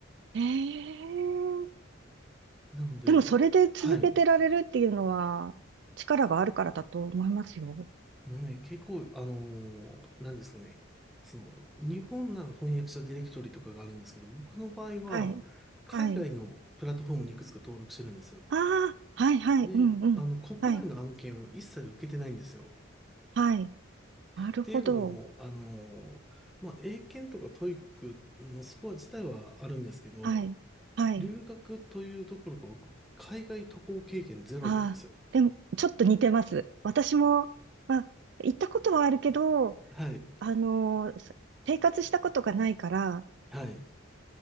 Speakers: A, on the right; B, in the centre.
A: ええ
B: なので、
A: でもそれで続けてられるっていうのは力があるからだと思いますよ。
B: はい、もうね、結構、あのーなんですかね、その、日本なら翻訳者ディレクトリとかがあるんですけど、僕の場合は、
A: はい。
B: 海外のプラットフォームにいくつか登録してるんですよ。
A: はい。ああ、はいはい。
B: で、
A: うんうん。
B: あの、国内の案件を一切受けてないんですよ。
A: はい。はい。なるほど。
B: っていうのも、あのーまあ、英検とかトイックのスコア自体はあるんですけど、
A: はい。はい。
B: 留学というところか僕、海外渡航経験ゼロなんですよ。
A: ああ、でもちょっと似てます。私も、まあ、行ったことはあるけど、
B: はい。
A: あのーせ生活したことがないから、
B: はい。